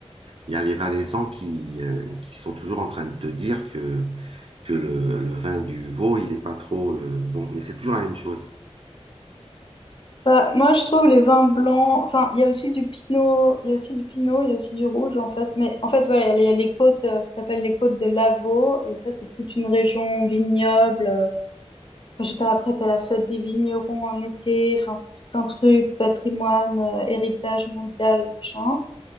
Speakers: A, on the right; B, on the left.
A: Il y a les Valaisans qui, euh, qui sont toujours en train de te dire que, que le, le vin du Vaud, il n'est pas trop euh, bon, mais c'est toujours la même chose.
B: Bah, moi, je trouve les vins blancs. Enfin, il y a aussi du pinot, il y a aussi du pinot, il y a aussi du rouge, en fait. Mais en fait, voilà, il y, a il y a les côtes, euh, ça s'appelle les côtes de l'Avaux. Et ça, c'est toute une région vignoble. euh, Enfin, je sais pas, après, t'as la fête des vignerons en été. Enfin, c'est tout un truc, patrimoine, euh, héritage mondial, machin.